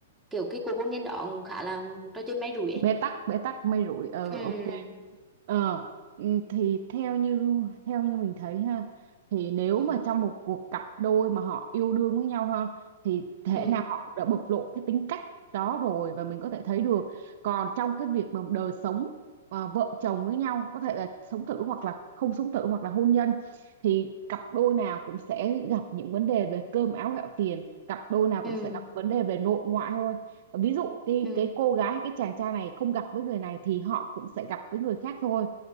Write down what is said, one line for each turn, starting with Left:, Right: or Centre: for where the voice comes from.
Centre: kiểu cái cuộc hôn nhân đó cũng khá là trò chơi may rủi
Right: bế
Centre: ấy
Right: tắc bế tắc mây rụi ờ
Centre: ừ
Right: ok ờ ừ, thì theo như theo như mình thấy ha thì nếu
Centre: ừ
Right: mà trong một cuộc cặp đôi mà họ yêu đương với nhau ha thì thể
Centre: ừ
Right: nào họ cũng đã bộc lộ cái tính cách đó rồi và mình có thể thấy được còn trong cái việc mà đời sống à, vợ chồng với nhau có thể là sống thử hoặc là không sống thử hoặc là hôn nhân thì cặp đôi nào cũng sẽ gặp những vấn đề về cơm áo gạo tiền cặp đôi nào
Centre: ừ
Right: cũng sẽ gặp vấn đề về nội ngoại thôi Ờ, ví dụ cái
Centre: ừ
Right: cái cô gái hay cái chàng trai này không gặp với người này thì họ cũng sẽ gặp với người khác thôi